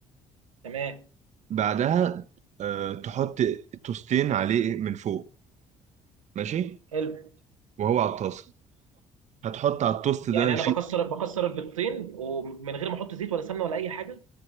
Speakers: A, on the right; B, on the right.
A: تمام
B: بعدها آه، تحط التوستين عليه من فوق ماشي
A: حلو
B: وهو على الطاسه هتحط على التوست ده
A: يعني انا
B: شيء
A: بكسر بكسر البيضتين ومن غير ما احط زيت ولا سمنه ولا اي حاجه